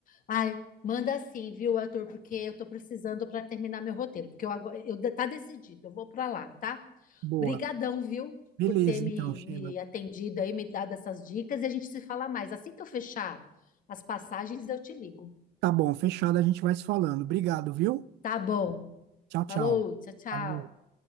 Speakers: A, on the left; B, on the right.
A: Ai, manda assim, viu, Arthur? Porque eu tô precisando para terminar meu roteiro, porque eu agora, eu de- tá decidido, eu vou para lá, tá?
B: Boa.
A: Brigadão, viu,
B: Beleza,
A: por ter me,
B: então, Sheila.
A: me atendido aí, me dado essas dicas e a gente se fala mais. Assim que eu fechar as passagens, eu te ligo.
B: Tá bom, fechado, a gente vai se falando. Obrigado, viu?
A: Tá bom.
B: Tchau, tchau.
A: Falou, tchau, tchau.
B: Falou.